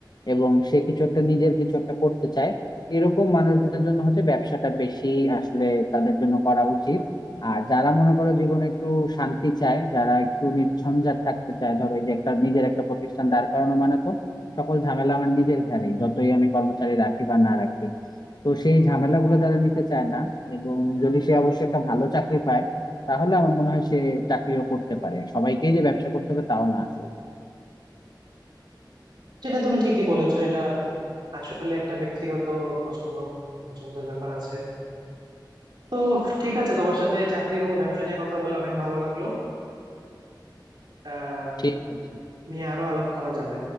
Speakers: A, on the left; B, on the right.
A: এবং সে কিছু একটা নিজের কিছু একটা করতে চায় এরকম মানুষদের জন্য হচ্ছে ব্যবসাটা বেশি আসলে তাদের জন্য করা উচিত আর যারা মনে করো জীবনে একটু শান্তি চায় যারা একটু নির্ঝঞ্ঝাট থাকতে চায় ধরো এই যে একটা নিজের একটা প্রতিষ্ঠান দাঁড় করানো মানে তো সকল ঝামেলা আমার নিজের ঘাড়ে যতই আমি কর্মচারী রাখি বা না রাখি তো সেই ঝামেলাগুলো যারা নিতে চায় না এবং যদি সে অবশ্যই একটা ভালো চাকরি পায় তাহলে আমার মনে হয় সে চাকরিও করতে পারে সবাইকেই যে ব্যবসা করতে হবে তাও না আসলে
B: সেটা তুমি ঠিকই বলেছো এটা আসলে একটা ব্যক্তিগত পছন্দ পছন্দের ব্যাপার আছে তো ঠিক আছে তোমার সাথে চাকরি এবং ব্যবসা নিয়ে কথা বলে অনেক ভালো লাগলো আহ
A: ঠিক আছে
B: নিয়ে আরো আলাপ করা যাবে